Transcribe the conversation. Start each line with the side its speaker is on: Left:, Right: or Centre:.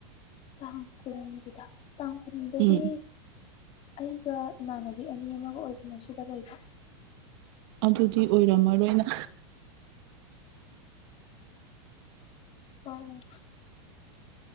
Left: ꯇꯥꯡ ꯀꯨꯟꯒꯤꯗ ꯇꯥꯡ ꯀꯨꯟꯗꯗꯤ
Right: ꯎꯝ
Left: ꯑꯩꯒ ꯏꯃꯥꯟꯅꯕꯤ ꯑꯅꯤ ꯑꯃꯒ ꯑꯣꯏꯕꯅꯦ ꯁꯤꯗ ꯂꯩꯕ
Right: ꯑꯗꯨꯗꯤ ꯑꯣꯏꯔꯝꯃꯔꯣꯏꯅ
Left: ꯑꯣ